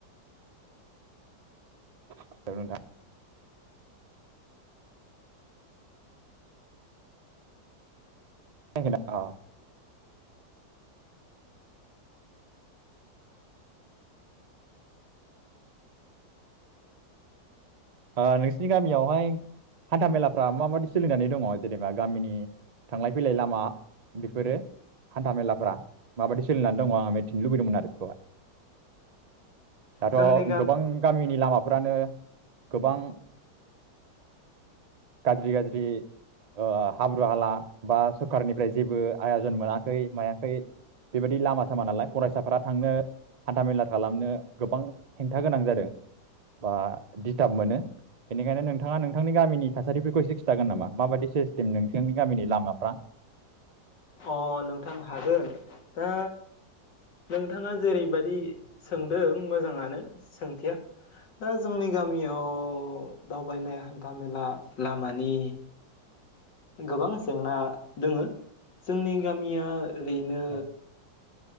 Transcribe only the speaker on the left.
जोंनि गामि
अ नोंथां हागोन दा नोंथाङा जेरैबायदि सोंदों मोजाङानो सोंथिया दा जोंनि गामियाव दावबायनाय हान्थ मेला लामानि गोबां जेंना दोङो जोंनि गामिया ओरैनो